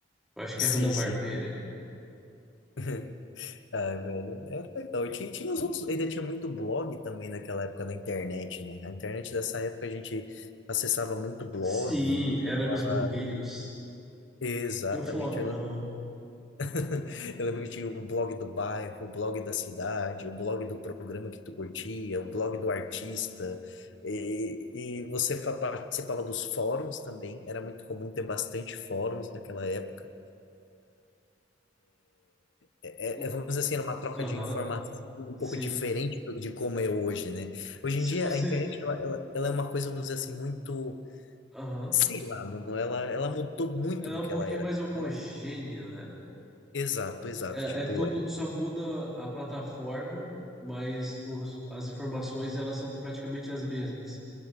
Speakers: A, in the centre; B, on the left.
A: Eu acho que
B: Sim,
A: é a Hanna-Barbera
B: sim. <laughs> Ah, velho, era legal. E Tinha, tinha os outros, ainda tinha muito blog também naquela época da internet, né? A internet dessa época a gente acessava muito blog,
A: Sim,
B: acessava...
A: éramos blogueiros.
B: Exatamente,
A: Tinha o Flogão.
B: eu lembro, <laughs> eu lembro que tinha o blog do bairro, o blog da cidade, o blog do programa que tu curtia, o blog do artista, e, e você fa- participava dos fóruns também, era muito comum ter bastante fóruns naquela época, É,
A: o-
B: é, vamos dizer assim, era uma troca
A: Aham,
B: de informação um pouco
A: sim.
B: diferente do- de como é hoje, né? Hoje
A: Se
B: em dia,
A: você.
B: a internet, ela, ela, ela é uma coisa, vamos dizer assim, muito,
A: Aham.
B: sei lá, mano, ela, ela mudou muito
A: Ela
B: do
A: é um
B: que
A: pouquinho
B: ela era.
A: mais homogênea,
B: Ela-
A: né?
B: exato, exato,
A: É,
B: tipo...
A: é tudo,
B: ela-
A: só muda a plataforma, mas os- as informações elas são praticamente as mesmas.